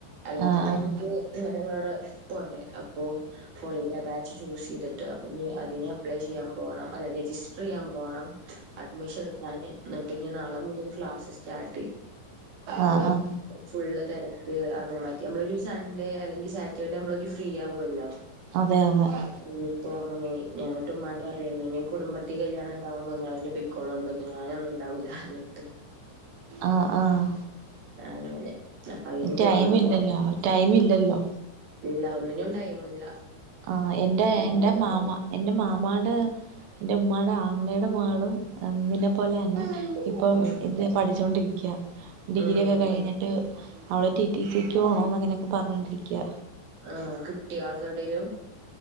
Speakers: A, on the right (about 40°); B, on the right (about 70°).
A: അല്ലാത്ത
B: ആഹ് ആഹ്
A: ടൈമിക്ക് ഇങ്ങനെ വേറെ പോണ്ടേ അപ്പോ ഹോളിഡേ ബാച്ച് ചൂസ് ചെയ്ത്ട്ട് അപ്പ ഇഞ്ഞ് അതിന് അപ്ലൈ ചെയ്യാൻ പോണം അല്ലാ രജിസ്റ്റർ ചെയ്യാൻ പോണം അഡ്മിഷൻ ഇട്ക്കാന് ഇന്നെട്ട് ഇഞ്ഞ് നാളെ മുതെൽ ക്ലാസ്സ് സ്റ്റാർട്ട് ചെയ്യും അപ്പോ
B: ആഹ്
A: ഫുള്ള് തെരക്ക് അങ്ങനെ മാറ്റി നമ്മളൊരു സൺഡേ അല്ലെങ്കി സാറ്റെർഡേ നമ്മളൊരു ഫ്രീ ആവുല്ലോ
B: അതെ അതെ
A: ഇഞ്ഞ് ഇപ്പോ അങ്ങനെ ആയി ഞാൻ ഇങ്ങെട്ട് ഇമ്മനോട് പറിയാണ് ഇഞ്ഞ് കുടുംബത്തിൽ കല്യാണം ഇണ്ടാവുമ്പോ ഇങ്ങളെന്നെ പോയി ക്കോളൊണ്ടു ഇന്ന് ഞാനൊന്നും ഇണ്ടാവൂലാ പർൺട്ട്
B: ആഹ് ആഹ്
A: അങ്ങനെ അപ്പൊ അയിന്
B: ടൈമ്
A: പോണം.
B: ഇല്ലല്ലോ? ടൈമ് ഇല്ലല്ലോ?
A: ഇല്ലാ ഒന്നിനും ടൈമ് ഇല്ലാ
B: ആഹ് എൻ്റെ എൻ്റെ മാമ എന്റെ മാമാടെ എന്റെ ഉമ്മാടെ ആങ്ങളെടെ മഹ്ളും നിന്നെ പോല തന്നെ ഇ പ്പം
A: ഉം
B: ഇത് പഠിച്ചോണ്ടിരിക്കാ ഡിഗ്രി
A: ഉം
B: ഒക്കെ
A: ഉം
B: കഴ്ഞ്ഞ്ട്ട് അവൾ ടി ടി സിക്ക് പോണംന്ന് അങ്ങനെയൊക്കെ പറഞ്ഞോണ്ടിരിക്കാ
A: ആഹ് കിട്ടിയോ ആൾക്ക് എവ്ടെലും